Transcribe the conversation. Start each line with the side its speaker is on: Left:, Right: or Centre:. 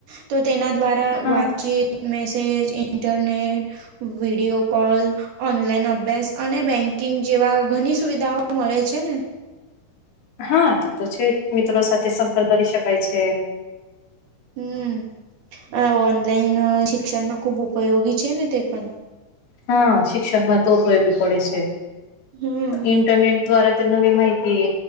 Right: તો તેના દ્વારા મા
Left: હા
Right: વાતચીત message internet video call online અભ્યાસ અને બેંકિંગ જેવા ઘણી સુવિધાઓ મળે છે ને
Left: હા તે તો છે મિત્રો સાથે સંપર્ક કરી શકાય છે
Right: હમ ઓનલાઈન શિક્ષણમાં ખૂબ ઉપયોગી છે ને તે પણ
Left: હા શિક્ષણમાં તો ઉપયોગી પડે છે
Right: હમ
Left: ઇન્ટરનેટ દ્વારા તો નવી માહિતી